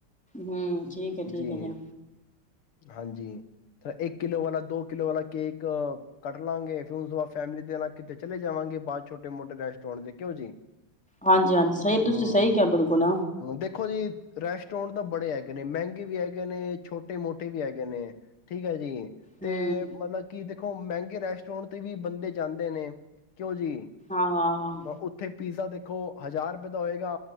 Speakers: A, in the centre; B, on the left.
A: ਹਮ ਠੀਕ ਹੈ ਠੀਕ
B: ਜੀ
A: ਹੈ ਜਾ
B: ਹਾਂਜੀ ਇੱਕ ਕਿੱਲੋ ਵਾਲਾ ਦੋ ਕਿਲੋ ਵਾਲਾ ਕੇਕ ਕੱਟ ਲਾਂਗੇ ਫਿਰਰ ਉਸ ਤੋਂ ਬਾਅਦ ਫੈਮਲੀ ਦੇ ਨਾਲ ਕਿਤੇ ਚਲੇ ਜਾਵਾਂਗੇ ਬਾਅਦ ਛੋਟੇ ਮੋਟੇ ਰਸ ਕਿਉਂ ਜੀ
A: ਹਾਂਜੀ ਹਾਂਜੀ ਸਹੀ ਤੁਸੀਂ
B: ਹਮ
A: ਸਹੀ ਕਿਹਾ ਬਿਲਕੁਲ
B: ਦੇਖੋ ਜੀ ਰੈਸ਼ਟ ਚੋਣ ਤਾਂ ਬੜੇ ਹੈਗੇ ਨੇ ਮਹਿੰਗੇ ਵੀ ਹੈਗੇ ਨੇ ਛੋਟੇ ਮੋਟੇ ਵੀ ਹੈਗੇ ਨੇ ਠੀਕ ਹੈ ਜੀ
A: ਹਮ
B: ਤੇ ਮਤਲਬ ਕਿ ਦੇ ਮਹਿੰਗੇ ਰੈਸਟੋਰੈਂਟ ਤੇ ਵੀ ਬੰਦੇ ਜਾਂਦੇ ਨੇ ਕਿਉਂ ਜੀ
A: ਆਹੋ ਆਹੋ
B: ਮੈਂ ਉੱਥੇ ਪੀਜ਼ਾ ਦੇਖੋ ਹਜ਼ਾਰ ਰੁਪਏ ਦਾ ਹੋਏਗਾ